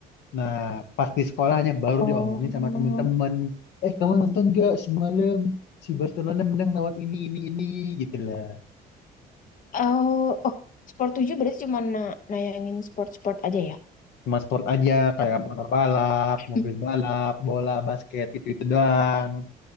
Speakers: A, on the left (about 80°); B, on the left (about 50°).
A: Nah, pas di sekolahnya baru
B: Oh,
A: diomongin sama temen-temen. Eh, kamu nonton gak semalam si Barcelona menang lawan ini, ini, ini gitu lah.
B: oh, oh, sport tujuh berarti cuma na- nayangin sport-sport aja ya?
A: Cuma sport aja, kayak motor balap, mobil
B: Hmm.
A: balap, bola, basket, gitu-gitu doang.